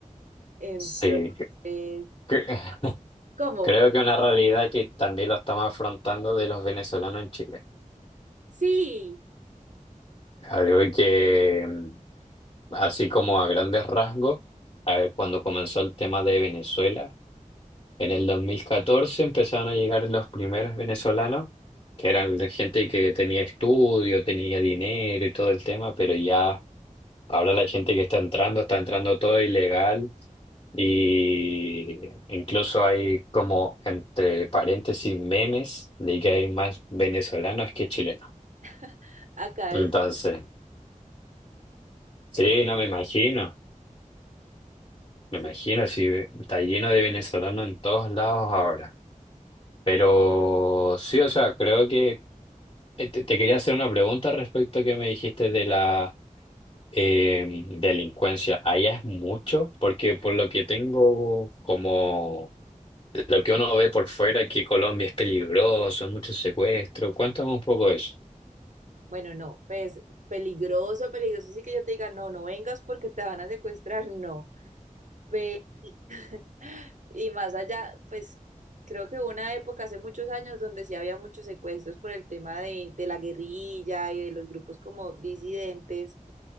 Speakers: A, on the right (about 65°); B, on the left (about 35°).
A: Entonces,
B: sí. Cre- <laughs>
A: ¿cómo?
B: Creo que una realidad que también lo estamos afrontando de los venezolanos en Chile.
A: Sí.
B: Algo que, mm, así como a grandes rasgos, a ver, cuando comenzó el tema de Venezuela, en el 2014 empezaron a llegar los primeros venezolanos, que eran de gente que tenía estudio, tenía dinero y todo el tema, pero ya Ahora la gente que está entrando, está entrando todo ilegal y incluso hay como entre paréntesis memes de que hay más venezolanos que chilenos.
A: <laughs> Acá
B: Entonces,
A: es,
B: sí,
A: es
B: no me imagino, me
A: difícil.
B: imagino si está lleno de venezolanos en todos lados ahora. Pero sí, o sea, creo que eh, te, te quería hacer una pregunta respecto a que me dijiste de la eh, delincuencia. ¿Allá es mucho? Porque por lo que tengo como Lo que uno ve por fuera es que Colombia es peligroso, mucho secuestro. Cuéntame un poco de eso.
A: bueno, no, pues peligroso, peligroso. Sí que yo te diga, no, no vengas porque te van a secuestrar, no. Pe- <laughs> y más allá, pues creo que hubo una época hace muchos años donde sí había muchos secuestros por el tema de, de la guerrilla y de los grupos como disidentes,